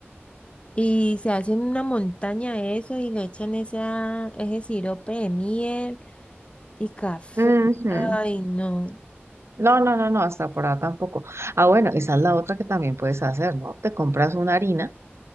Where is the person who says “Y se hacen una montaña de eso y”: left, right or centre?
Left